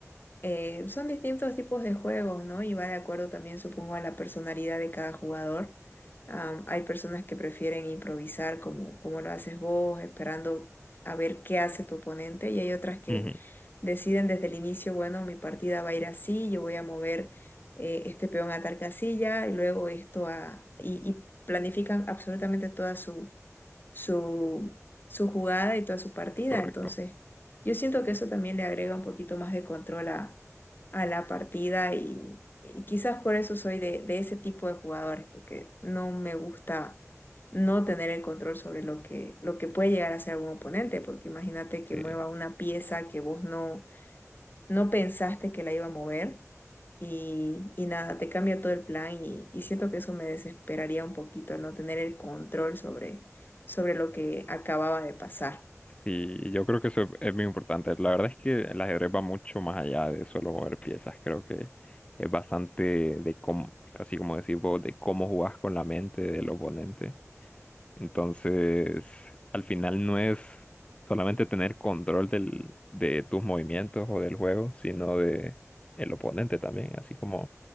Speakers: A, on the left (about 40°); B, on the left (about 20°).
A: eh, son distintos tipos de juegos, ¿no? Y va de acuerdo también, supongo, a la personalidad de cada jugador. Am, hay personas que prefieren improvisar como, como lo haces vos, esperando a ver qué hace tu oponente, y hay otras que
B: ujú,
A: deciden desde el inicio, bueno, mi partida va a ir así, yo voy a mover eh, este peón a tal casilla, y luego esto a... y, y planifican absolutamente toda su, su jugada y toda su partida.
B: Correcto.
A: Entonces, yo siento que eso también le agrega un poquito más de control a, a la partida y, y quizás por eso soy de, de ese tipo de jugadores, porque no me gusta no tener el control sobre lo que, lo que puede llegar a ser algún oponente, porque imagínate que
B: Sí,
A: mueva una pieza que vos no no pensaste que la iba a mover y, y nada, te cambia todo el plan y, y siento que eso me desesperaría un poquito, el no tener el control sobre, sobre lo que acababa de pasar.
B: sí, yo creo que eso es muy importante. La verdad es que el ajedrez va mucho más allá de solo mover piezas. Creo que es bastante de cómo, casi como decir vos, de cómo jugás con la mente del oponente. Entonces, al final no es solamente tener control del, de tus movimientos o del juego, sino de el oponente también, así como,